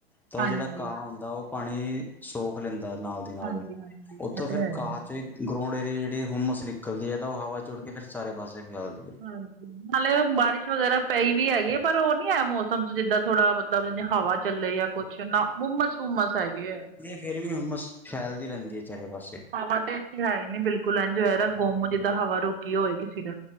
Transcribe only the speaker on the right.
ਹਾਂਜੀ
ਹਾਂਜੀ
ਹਾਂਜੀ
ਇਹ ਤੇ
ਹੈ ਹੀ
ਹੈ
ਹਾਂਜੀ ਹਾਲੇ, ਬਾਰਿਸ਼ ਵਗੈਰਾ ਪਈ ਵੀ ਹੈਗੀ ਹੈ, ਪਰ ਉਹ ਨਈ ਹੈ ਮੌਸਮ, ਚ ਜਿੱਦਾਂ ਥੋੜਾ ਮਤਲਬ ਜਿਂ ਹਵਾ ਚੱਲੇ, ਆ ਕੁਛ ਨਾ, ਹੁਮਸ ਹੁਮਸ ਹੈੱਗੀ ਐ
ਹਵਾ ਤੇ ਏਨੀ ਹੈ ਨਈ, ਬਿਲਕੁਲ ਇੱਜ ਹੋਆ ਦਾ ਗੁੰਮ, ਜਿੱਦਾਂ ਹਵਾ ਰੋਕੀ ਹੋਏ, ਕਿਸੇ ਨੇ